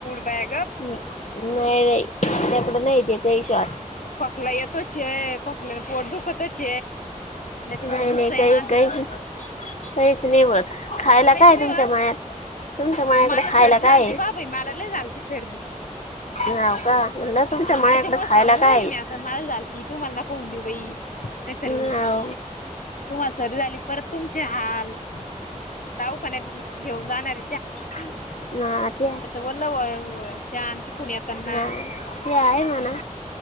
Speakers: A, on the left; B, on the left.
A: बया
B: नाही बाई नाही ते काही शॉट
A: कोकला येतोच कोकल्याने पोट दुखतच लय
B: नाही
A: पोट दुखतय
B: नाही काही
A: माझ
B: काहीच काहीच नाही मत खायला काय
A: नाही
B: तुमच्या
A: होत.
B: मळ्यात तुमच्या माळ्याकडे
A: मला
B: खायला
A: सर्दी
B: काय
A: झालती
B: आहे?
A: बा भाई मला ल झालती सर्दी
B: हाव का म्हणलं तुमच्या
A: हा
B: माळ्याकडे
A: त्याच्यामुळे
B: खायला
A: सांगून
B: काय
A: राहिली मी आता मल झाल ती तू मला दख होऊन देऊ बाई नाहीतर
B: ना व्ह
A: तुम्हाला सरी झाली परत तुमचे हाल दाऊखान्यात घेऊन जाणार
B: <inaudible> म ते आहे
A: वल्ल शान तिकून येताना
B: नाही ते आहे म्हणा